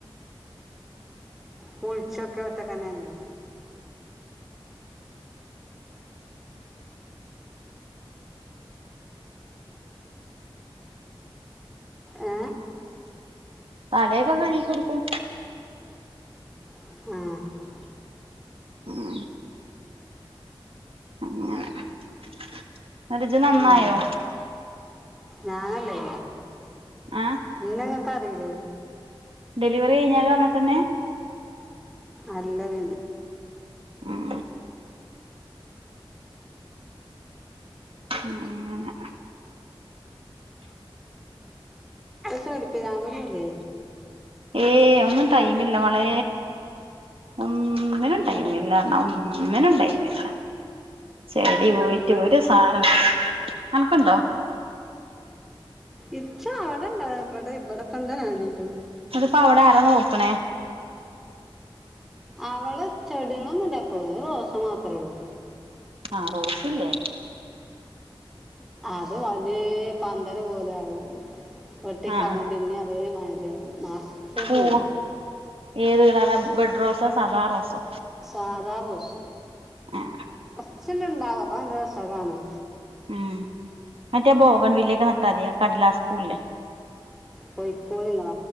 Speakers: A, in the centre; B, on the right (about 80°).
A: കുളിച്ചതൊക്കെ ഒറ്റക്കെന്നെല്ലേ? ഏ
B: തലയൊക്കെ കഴുകി കൊടുക്കും
A: ആ ഉം,
B: ഉം അങ്ങനെ എന്നട്ട് ജ്ജ് നന്നായോ
A: ഉം. ഞാനല്ലേ
B: ഏഹ്
A: ന്നെങ്ങ ക്കറീലേ?
B: ഡെലിവറി കഴിഞ്ഞാലും അങ്ങനെ തന്നെ?
A: അല്ല പിന്നെ
B: ഉം അങ്ങനെ
A: ചെടിപ്പിരാന്തൊന്നുല്ലേ?
B: ഏ ഒന്നും ടൈമില്ല മോളേ ഒന്നിനും ടൈം ഇല്ലർഞ്ഞാ ഒന്നിനും ടൈമില്ല ചെടി പോയിട്ട്
A: നന്നായി
B: ഒരു സാനോം അനക്കുണ്ടോ
A: ഇച്ച് അവിടെണ്ടാ ഇവിടെ ഇവിടപ്പന്താ ഞാൻ ചെയ്യാ തും
B: അപ്പൊ അവിടെ ആരാ നോക്കണേ
A: അവടെ ചെടികളൊന്നും ഇല്ല ഇപ്പൊ റോസ മാത്രേ ഉള്ളു
B: ആ റോസ്സില്ലേ
A: അത് വലിയ പന്തല് പോലെ ആവും വെട്ടിക്കളയും
B: ആഹ് ആഹ്
A: പിന്നയും അതേ മാതിരി നാ <unintelligible>
B: പൂവ് ഏത് കളറാ ബെഡ് റോസൊ സാദാ റോസോ
A: സാധാ റോസ്
B: ആഹ്
A: <unintelligible> നല്ല രസ കാണാൻ
B: ഉം മറ്റേ ബോഗൺ വില്ലേക്കെ നട്ടാതി കടലാസ് പൂവ്ല്ലേ
A: പൊയികോളിങ്ങള